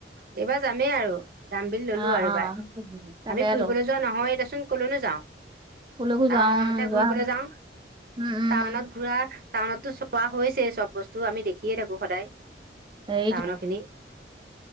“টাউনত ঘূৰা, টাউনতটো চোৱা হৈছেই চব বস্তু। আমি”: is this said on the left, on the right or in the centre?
Right